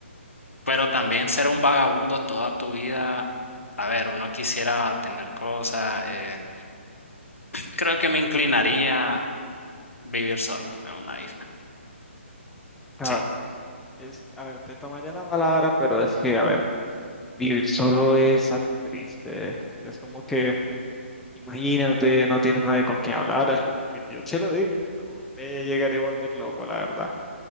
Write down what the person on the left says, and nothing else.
Pero también ser un vagabundo toda tu vida, a ver, uno quisiera tener cosas, eh, <clears throat> creo que me inclinaría a vivir solo en una isla.
Sí.